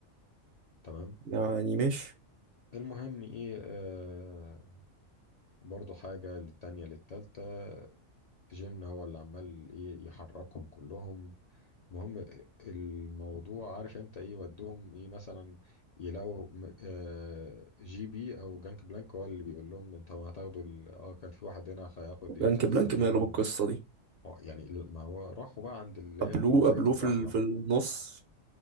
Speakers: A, on the left; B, on the right.
A: تمام
B: يعني مش
A: المهم ايه آه برضو حاجة للتانية للتالتة جن هو اللي عمال ايه يحركهم كلهم المهم الموضوع عارف انت ايه ودهم ايه مثلا يلاقوا م- آه، جي بي او جانك بلانك هو اللي بيقول لهم انتوا هتاخدوا ال- اه كان في واحد هنا هياخد ايه
B: بلانك
A: خد
B: بلانك
A: السفينه
B: ماله بالقصة
A: و...
B: دي
A: آه، يعني ال- ما هو راحوا بقى عند اللي
B: قبلوه
A: هي الحاجات
B: قبلوه
A: الضحله
B: في ال... في النص